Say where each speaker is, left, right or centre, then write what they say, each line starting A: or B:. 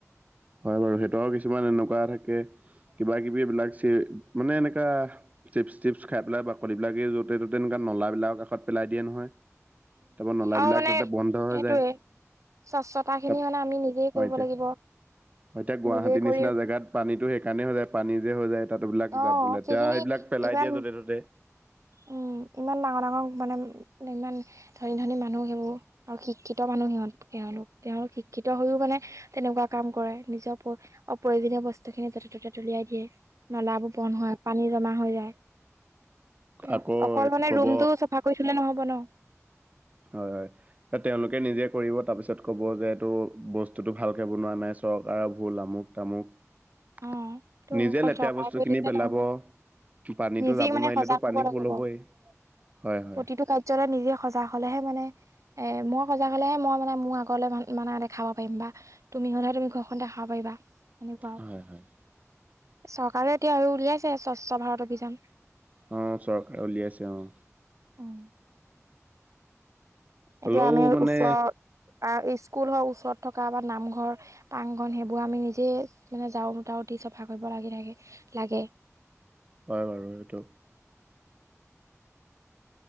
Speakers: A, on the right; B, on the right.
A: হয় বাৰু সেইতও কিছুমান এনেকুৱা থাকে কিবা কিবি এইবিলাক চি, মানে এনেকা চিপচ টিপচ খাই পেলাই বাকলি বিলাকে য'তে ত'তে এ নলাাবলাক কাষত পেলাই দিয়ে নহয়, তাৰপৰা নলাাবলাক
B: আৰু মানে
A: তাতে বন্ধ
B: সেইটোৱে
A: হৈ যায়।
B: স্বচ্ছতা খিনি
A: তাত
B: মানে আমি নিজেই
A: হয়
B: কৰিব
A: এতিয়া
B: লাগিব।
A: এতিয়া গুৱাহাটীৰ
B: নিজে
A: নিচিনা
B: কৰি
A: জেগাত পানীতটো সেইকাৰণে হৈ যায় পানী যে হৈ যায়। তবিলাক
B: অ
A: যা, লেতেৰা
B: সেইখিনি
A: সেইবিলাক পেলাই
B: ইমান
A: দিয়ে য'তে ত'তে।
B: উম। ইমান ডাঙৰ ডাঙৰ মানে ইমান ধনী ধনী মানুহ সেইবোৰ, আৰু শিক্ষিত মানুহ সিহঁত। তেওঁলোক তেওঁলোক শিক্ষিত হৈও মানে তেনেকুৱা কাম কৰে নিজৰ প্ৰয়োজনীয় বস্তু খিনি ত তে উলিয়াই দিয়ে নলাবোৰ বন্ধ হয় পানী জমা হৈ যায়। কিয়
A: আকৌ
B: অকল
A: এইটো
B: মানে
A: ক'ব
B: ৰুমটো চফা কৰি থলে নহ'ব ন?
A: হয়, হয়, তেওঁলোকে নিজে কৰিব তাৰপিছত ক'ব যে এইটো বস্তুতটো ভালকে বনোৱা নাই চৰকাৰৰ ভুল আমুক তামুক।
B: অ ত
A: নিজে
B: অকল
A: লেতেৰা
B: চৰকাৰে
A: বস্তু
B: কৰি
A: খিনি
B: থাকিলে
A: পেলাব।
B: নহব
A: পানীতো
B: নিজেই
A: যাব
B: মানে
A: নোৱাৰিলেতো
B: সজাগ
A: পানী
B: হ'ব লাগিব
A: ফুল হবই। হয় হয়
B: প্ৰতিটো কাৰ্যালয় নিজে সজাগ হলেহে মানে এ মই সজাগ হলেহে মই মানে মোৰ আগলে মানে দেখাব পাৰিম বা তুমি হ'লেহ তুমি ঘৰখন দেখা খাব পাৰিবা। এনেকুৱা আৰু
A: হয়, হয়।
B: চৰকাৰে এতিয়া আৰু উলিয়াইছে স্বচ্ছ ভাৰত অভিযান।
A: অঁ, চৰকাৰে উলিয়াইছে অঁ।
B: উম।
A: হ'লেও
B: এতিয়া আমি ওচৰৰ
A: মানে
B: স্কুল হক ওচৰত থকা বা নামঘৰ পাংগন সেইবোৰ আমি নিজে মানে জাৰু চাৰু দি চাফা কৰিব লাগি থাকে লাগে
A: হয় বাৰু সেইটো